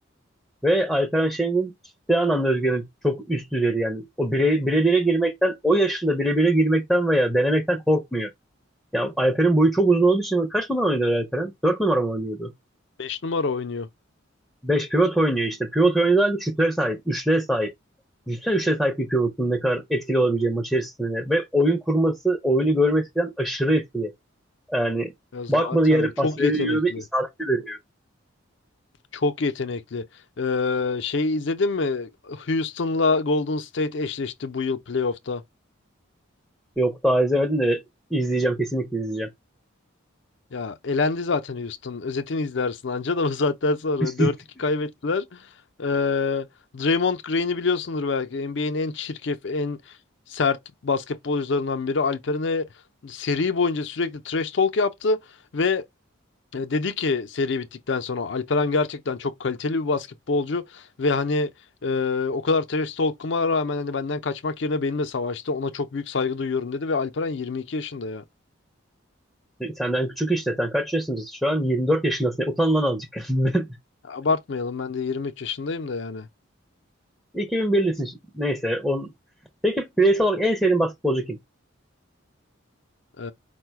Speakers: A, in the centre; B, on the left.
A: Ve Alperen Şengün ciddi anlamda Özge'nin çok üst düzeydi yani. O bire, bire bire girmekten, o yaşında bire bire girmekten veya denemekten korkmuyor. Ya Alper'in boyu çok uzun olduğu için kaç numara oynuyordu Alperen? 4 numara mı oynuyordu?
B: Beş numara oynuyor.
A: Beş pivot oynuyor işte. Pivot oynadığı halde şutlara sahip, üçlüye sahip. Düşünsene üçlüye sahip bir pivotun ne kadar etkili olabileceği maç içerisinde. Ve oyun kurması, oyunu görmesi falan aşırı etkili. Yani
B: Ya zaten
A: bakmadığı yere
B: çok
A: pas veriyor
B: yetenekli.
A: ve isabetli veriyor.
B: Çok yetenekli. Ee, şeyi izledin mi? Houston'la Golden State eşleşti bu yıl playoff'ta.
A: Yok daha izlemedim de izleyeceğim, kesinlikle izleyeceğim.
B: Ya elendi zaten Houston. Özetini izlersin anca da bu <laughs> saatten sonra.
A: <laughs>
B: Dört iki kaybettiler. Ee, Draymond Green'i biliyorsundur belki. NBA'in en çirkef, en sert basketbolcularından biri. Alperen'e seri boyunca sürekli trash talk yaptı ve e, dedi ki seri bittikten sonra Alperen gerçekten çok kaliteli bir basketbolcu ve hani e, o kadar trash talk'uma rağmen hani benden kaçmak yerine benimle savaştı. Ona çok büyük saygı duyuyorum dedi ve Alperen 22 yaşında ya.
A: Senden küçük işte. Sen kaç yaşındasın şu an? 24 yaşındasın. Ya, Utan lan azıcık. <laughs>
B: Abartmayalım ben de 23 yaşındayım da yani.
A: 2001'lisin. Neyse. On... Peki bireysel olarak en sevdiğin basketbolcu kim?
B: Eee,